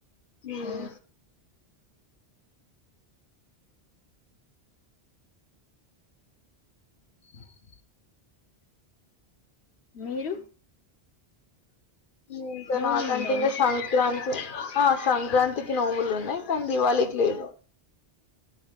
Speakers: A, on the left; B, on the left.
A: మ్మ్
B: ఏ <inaudible> మీరు
A: <inaudible> ఇంకా
B: నోములు
A: నాకంటే
B: ఉన్నాయా
A: ఇంకా
B: మీకు
A: సంక్రాంతి ఆ సంక్రాంతికి నోము ల్ ఉన్నాయి కానీ దివాళికి లేదు